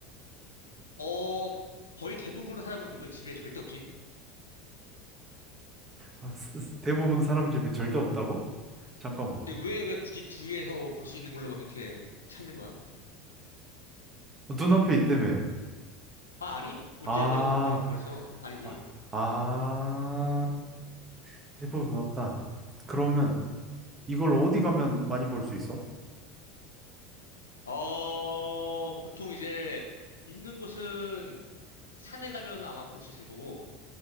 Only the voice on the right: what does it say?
아, 스- 스- 대부분 사람 집에 절대 없다고? 잠깐만.
눈앞에 있다며.
아,
아, 아. 대부분 없다. 그러면 이걸 어디 가면 많이 볼 수 있어?